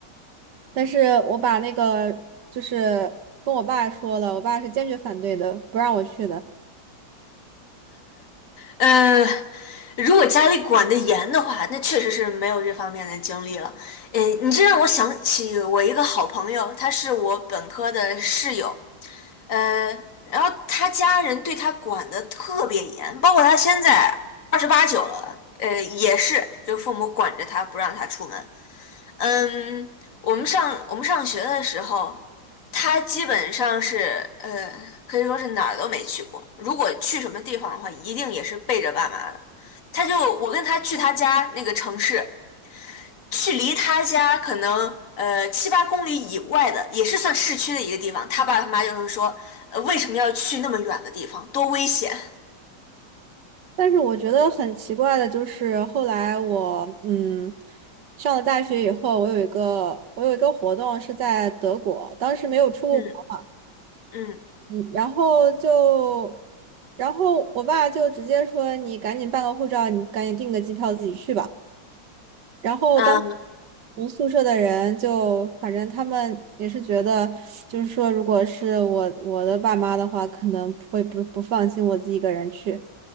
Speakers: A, on the right; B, on the left.
A: 但是我把那个就是跟我爸说了，我爸是坚决反对的，不让我去的。
B: 嗯，如果家里管得严的话，那确实是没有这方面的经历了。呃，你这让我想起我一个好朋友，他是我本科的室友，嗯，然后他家人对他管得特别严，包括他现在二十八九了，呃，也是就父母管着他不让他出门，嗯，我们上我们上学的时候，他基本上是呃，可以说是哪儿都没去过。如果去什么地方的话，一定也是背着爸妈的。他就我跟他去他家那个城市，去离他家可能呃七八公里以外的，也是算市区的一个地方。他爸他妈就会说，呃，为什么要去那么远的地方？多危险！
A: 但是我觉得很奇怪的就是，后来我嗯上了大学以后，我有一个我有一个活动是在德国，当时没有出过国嘛，
B: 嗯嗯
A: 嗯，然后就然后我爸就直接说你赶紧办个护照，你赶紧订个机票自己去吧。然后当
B: 嗯
A: 同宿舍的人就，反正他们也是觉得，就是说，如果是我我的爸妈的话，可能会不不放心我自己一个人去。